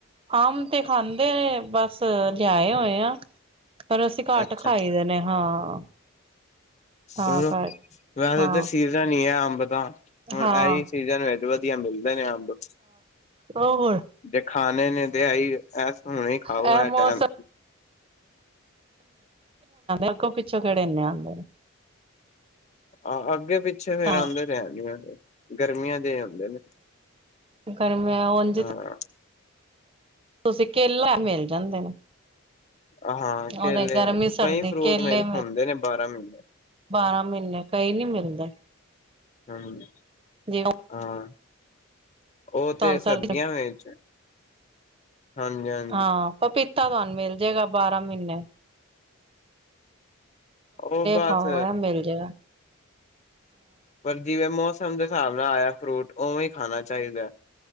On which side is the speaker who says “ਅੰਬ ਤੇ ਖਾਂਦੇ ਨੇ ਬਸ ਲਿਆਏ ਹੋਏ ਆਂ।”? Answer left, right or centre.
Right